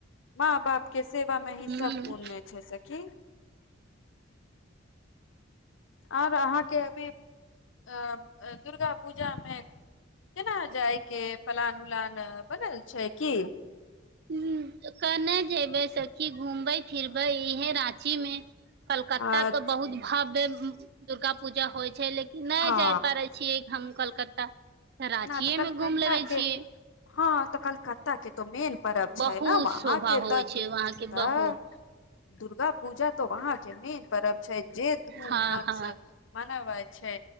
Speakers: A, on the left (about 75°); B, on the right (about 55°).
A: माँ बाप के सेवा मे
B: छथिन
A: ही सब पूर्ण्य छै सखी आओर अहाँके अभी अ दुर्गा पूजा मे केना जाय के पलान उलान बनल छै की
B: हू कने जेबै सखी घूमबै फिरबै इहे राँची मे कलकत्ता
A: आ
B: तऽ बहुत भव्य दुर्गा पूजा होइ छै लेकिन नहि
A: हँ
B: जाइ पड़ै छियै हम कलकत्ता तऽ राचियेमे
A: न तऽ कलकत्ता
B: घूम लेबै
A: के
B: छियै
A: हँ तऽ कलकत्ता के तऽ मेन परब छै
B: बहुत
A: ने वहाँ
B: शोभा
A: के
B: होइ
A: तऽ तऽ
B: छै वहां के बहुत
A: दुर्गा पूजा त वहाँ के मेन परब छै जे धूम
B: हँ
A: धाम
B: हँ
A: से मनवइ छै